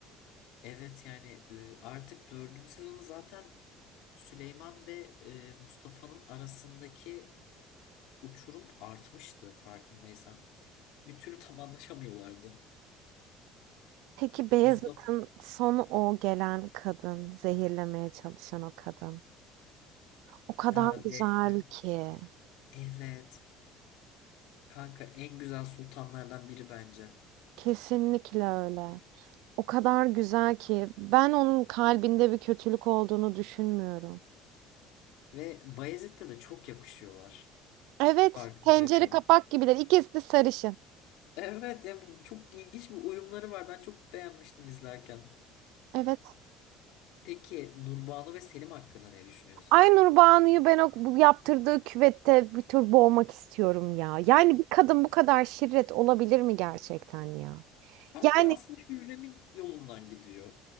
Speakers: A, on the left; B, on the right.
A: Evet yani e, artık dördüncü sezonu zaten Süleyman ve e, Mustafa'nın arasındaki uçurum artmıştı farkındaysan. Bir türlü tam anlaşamıyorlardı.
B: Peki Beyazıt'ın
A: Mustafa,
B: sonu o gelen kadın, zehirlemeye çalışan o kadın. O kadar
A: ha, Defne.
B: güzel ki.
A: Evet. Kanka en güzel sultanlardan biri bence.
B: Kesinlikle öyle. O kadar güzel ki ben onun kalbinde bir kötülük olduğunu düşünmüyorum.
A: Ve Bayezid'de de çok yakışıyorlar.
B: Evet,
A: Farkındaysan.
B: tencere kapak gibiler. İkisi de sarışın.
A: Evet yani çok ilginç bir uyumları var. Ben çok beğenmiştim izlerken.
B: Evet.
A: Peki Nurbanu ve Selim hakkında ne düşünüyorsun?
B: Aynur Banu'yu ben o bu yaptırdığı küvette bir tür boğmak istiyorum ya. Yani bir kadın bu kadar şirret olabilir mi gerçekten ya?
A: Kanka
B: Yani
A: aslında Hürrem'in yolundan gidiyor.